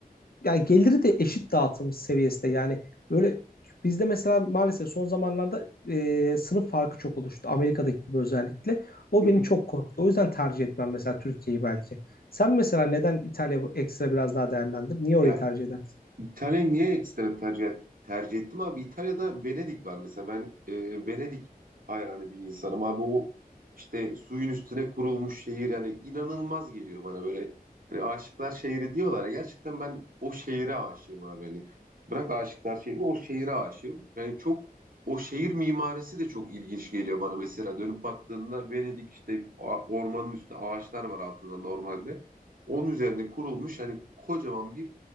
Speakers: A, on the left; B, on the right.
A: yani geliri de eşit dağıtım seviyesinde. Yani böyle bizde mesela maalesef son zamanlarda e, sınıf farkı çok oluştu. Amerika'daki gibi özellikle. O
B: hı
A: beni
B: hı.
A: çok korktu. O yüzden tercih etmem mesela Türkiye'yi belki. Sen mesela neden İtalya ekstra biraz daha değerlendir? Niye orayı
B: Ya
A: tercih edersin?
B: İtalya'yı niye ekstra tercih, tercih ettim abi? İtalya'da Venedik var mesela. Ben e, Venedik hayranı bir insanım abi. O işte suyun üstüne kurulmuş şehir yani inanılmaz geliyor bana böyle. Hani aşıklar şehri diyorlar ya. Gerçekten ben o şehire aşığım abi. Hani bırak aşıklar şehrini o şehire aşığım. Yani çok o şehir mimarisi de çok ilginç geliyor bana mesela. Dönüp baktığında Venedik işte a- ormanın üstü ağaçlar var altında normalde. Onun üzerine kurulmuş hani kocaman bir